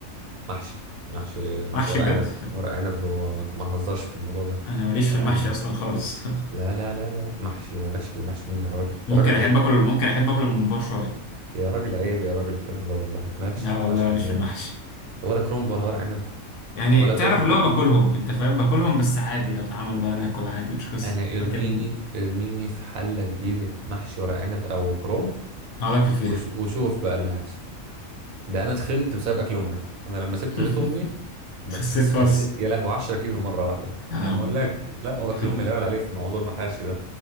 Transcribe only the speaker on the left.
محشي
بجد
<laughs>
انا ماليش
في المحشي
اصلا خالص
<laughs> ممكن
احب اكل ممكن احب اكل الممبار شويه
لا
والله
ماليش
في المحشي
يعني
تعرف
اللي هو باكلهم انت فاهم باكلهم بس عادي لو اتعمل بقى انا اكل عادي مش قصه
لكن
اقعد اكل فيها
<laughs>
خسيت خالص
يا لهوي
<laughs>